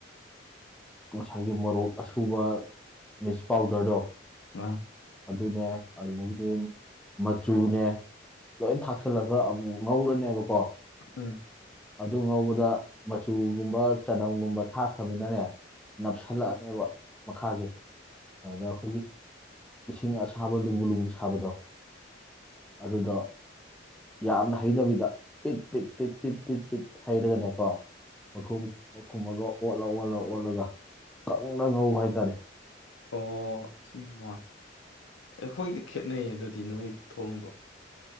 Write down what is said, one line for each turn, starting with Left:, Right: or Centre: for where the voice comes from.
Centre: ꯉꯁꯥꯏꯒꯤ ꯃꯣꯔꯣꯛ ꯑꯁꯨꯕ ꯃꯤꯛꯁ ꯄꯥꯎꯗꯔꯗꯣ
Left: <unintelligible>
Centre: ꯑꯗꯨꯅꯦ ꯑꯗꯨꯗꯒꯤꯗꯤ ꯃꯆꯨꯅꯦ ꯂꯣꯏ ꯊꯥꯛꯆꯤꯜꯂꯒ ꯑꯃꯨꯛ ꯉꯧꯔꯅꯦꯕꯀꯣ
Left: ꯎꯝ
Centre: ꯑꯗꯨ ꯉꯧꯕꯗ ꯃꯆꯨꯒꯨꯝꯕ ꯆꯅꯝꯒꯨꯝꯕ ꯊꯥꯛꯈ꯭ꯔꯃꯤꯅꯅꯦ ꯅꯞꯁꯤꯜꯂꯛꯑꯅꯦꯕ ꯃꯈꯥꯁꯦ ꯑꯗꯨꯗ ꯑꯈꯣꯏꯒꯤ ꯏꯁꯤꯡ ꯑꯁꯥꯕ ꯂꯨꯝꯕꯨ ꯂꯨꯝꯕꯨ ꯁꯥꯕꯗꯣ ꯑꯗꯨꯗ ꯌꯥꯝꯅ ꯍꯩꯗꯕꯤꯗ ꯄꯤꯠ ꯄꯤꯠ ꯄꯤꯠ ꯄꯤꯠ ꯄꯤꯠ ꯄꯤꯠ ꯍꯩꯔꯒꯅꯦꯀꯣ ꯃꯈꯨꯝ ꯃꯈꯨꯝꯃꯒ ꯑꯣꯠꯂ ꯑꯣꯠꯂ ꯑꯣꯠꯂꯒ ꯀꯪꯅ ꯉꯧꯕ ꯍꯥꯏ ꯇꯔꯦ
Left: ꯑꯣ ꯁꯤ ꯋꯥꯏ ꯑꯩꯈꯣꯏꯒ ꯈꯦꯠꯅꯩꯌꯦ ꯑꯗꯨꯗꯤ ꯅꯣꯏ ꯊꯣꯡꯉꯕꯣ